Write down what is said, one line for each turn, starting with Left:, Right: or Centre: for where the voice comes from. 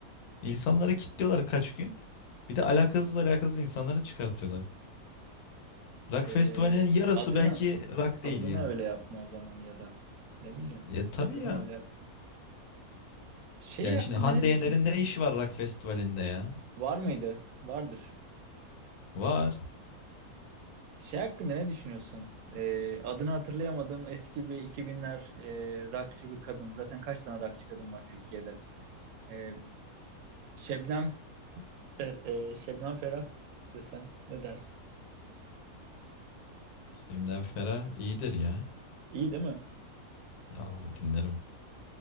Left: İnsanları kilitliyorlar kaç gün. Bir de alakasız alakasız insanları çıkartıyorlar. Rock
Right: Ee,
Left: festivalinin yarısı
Right: adını
Left: belki rock
Right: adını
Left: değil yani.
Right: öyle yapma o zaman ya da ne bileyim.
Left: Ya tabii
Right: Adını
Left: ya.
Right: öyle yap. Şey
Left: Yani
Right: hakkında
Left: şimdi Hande
Right: ne düşünüyorsun?
Left: Yener'in ne işi var rock festivalinde ya?
Right: Var mıydı? Vardır.
Left: Var.
Right: Şey hakkında ne düşünüyorsun? Ee, adını hatırlayamadım. Eski bir 2000'ler e, rockçı bir kadın. Zaten kaç tane rockçı kadın var Türkiye'de? Ee, Şebnem Fer- e, Şebnem Ferah desem ne dersin?
Left: Şemden Ferah iyidir ya.
Right: İyi değil mi?
Left: Ya dinlerim.